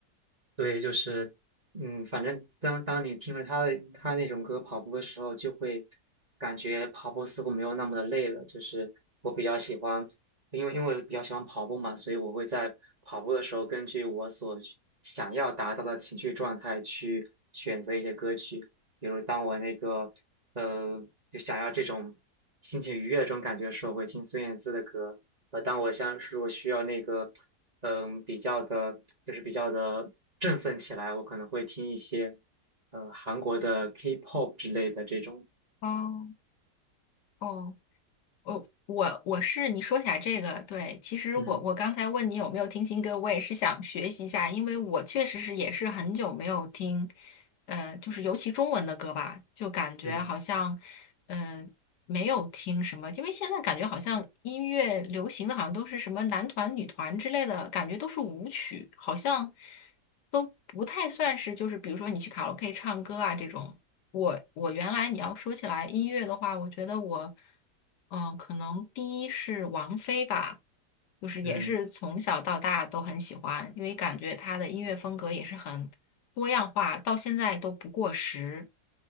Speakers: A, on the right (about 25°); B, on the left (about 80°).
A: 对，就是，嗯，反正当当你听了他的他那种歌跑步的时候，就会感觉跑步似乎没有那么的累了。就是我比较喜欢，因为因为我比较喜欢跑步嘛，所以我会在跑步的时候，根据我所需想要达到的情绪状态去选择一些歌曲。比如当我那个呃，就想要这种心情愉悦的这种感觉的时候，我会听孙燕姿的歌。呃，当我像是我需要那个。嗯，比较的，就是比较的振奋起来，我可能会听一些，呃，韩国的 K-pop 之类的这种。
B: 哦，哦。我我我是你说起来这个，对，其实我我刚才问你有没有听新歌，
A: 嗯
B: 我也是想学习一下，因为我确实是也是很久没有听，呃，就是尤其中文的歌吧，就感觉好像，
A: 嗯
B: 嗯、没有听什么，因为现在感觉好像音乐流行的好像都是什么男团、女团之类的，感觉都是舞曲，好像都不太算是就是比如说你去卡拉 OK 唱歌啊这种。我我原来你要说起来音乐的话，我觉得我，嗯、可能第一是王菲吧，就是也是从小到大都很喜欢，
A: 嗯，
B: 因为感觉她的音乐风格也是很多样化，到现在都不过时。